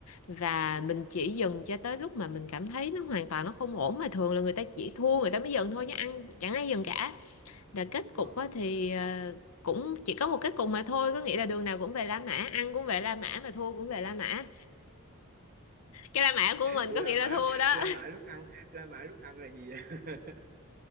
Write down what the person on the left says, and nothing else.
và
mình
chỉ dừng cho tới lúc mà mình cảm thấy nó hoàn toàn nó không ổn mà thường là người ta chỉ thua người ta mới dừng thôi chứ ăn chẳng ai dừng cả là kết
cục
á, thì ờ, cũng chỉ có một kết cục mà thôi có nghĩa là đường nào cũng về La Mã ăn cũng về La Mã mà thua cũng về La Mã cái La Mã của mình
có
nghĩa
là thua đó